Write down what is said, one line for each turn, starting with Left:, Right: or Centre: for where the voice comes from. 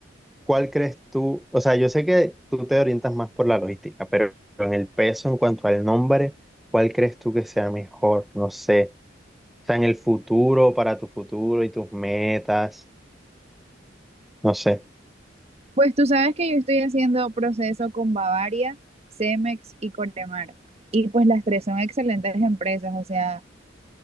Centre: ¿cuál crees tú? O sea, yo sé que tú te orientas más por la logística, pero en el peso, en cuanto al nombre, ¿cuál crees tú que sea mejor? No sé. O sea, en el futuro, para tu futuro y tus metas, no sé.
Right: Pues tú sabes que yo estoy haciendo proceso con Bavaria, Cemex y Cortemar. Y pues las tres son excelentes empresas, o sea...